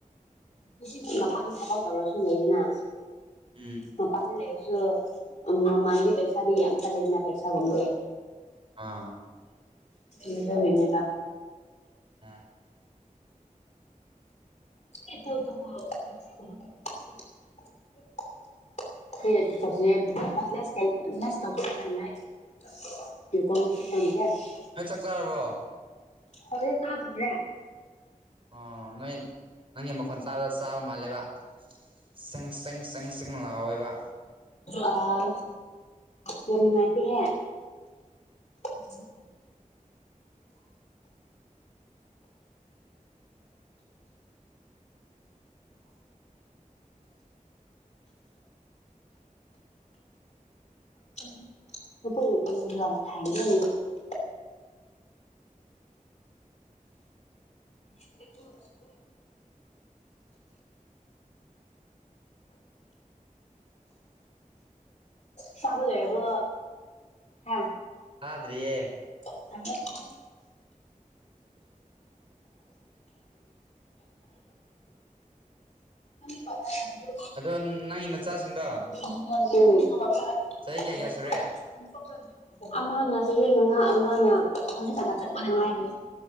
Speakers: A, on the left; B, on the right.
A: ꯍꯧꯖꯤꯛꯇꯤ ꯃꯄꯥꯟꯒꯤ ꯊꯕꯛ ꯇꯧꯔꯁꯨ ꯂꯩꯗꯅ
B: ꯎꯝ
A: ꯃꯄꯥꯟꯗ ꯂꯩꯔꯁꯨ ꯎ ꯃꯃꯜꯗꯤ ꯄꯩꯁꯥꯗꯤ ꯌꯥꯝ <unintelligible> ꯄꯩꯁꯥꯒꯨꯝꯕꯗꯤ
B: ꯑꯥ
A: ꯑꯗꯨꯒꯤꯅꯤꯗ
B: ꯑ
A: <unintelligible> <unintelligible> <unintelligible>
B: ꯅꯣꯏ ꯆꯥꯛ ꯆꯥꯔꯕꯣ
A: ꯍꯧꯖꯤꯛ ꯆꯥꯗꯣꯔꯦ
B: ꯑ ꯅꯣꯏ ꯅꯪꯒꯤ ꯃꯈꯣꯟ ꯇꯥꯕꯗ ꯆꯥꯕ ꯃꯥꯜꯂꯦꯕ ꯁꯤꯡ ꯁꯤꯡ ꯁꯤꯡ ꯁꯤꯡ ꯂꯥꯎꯋꯦꯕ
A: ꯑ ꯌꯥꯝ ꯅꯨꯡꯉꯥꯏꯇꯦꯍꯦ <unintelligible> <unintelligible> <unintelligible> ꯆꯕ ꯂꯣꯏꯔꯕꯣ ꯍꯥ
B: ꯆꯥꯗꯔꯤꯌꯦ
A: <unintelligible> <unintelligible>
B: ꯑꯗꯣ ꯅꯪꯒꯤ ꯅꯆꯥꯁꯤꯡꯗꯣ
A: <unintelligible>
B: ꯆꯍꯤ ꯀꯌꯥ ꯀꯌꯥ ꯁꯨꯔꯦ
A: ꯑꯃꯅ ꯆꯍꯤ ꯃꯉꯥ ꯑꯃꯅ ꯍꯧꯖꯤꯛꯀꯥꯟꯅ ꯄꯣꯛꯄꯗ ꯉꯥꯏꯔꯤ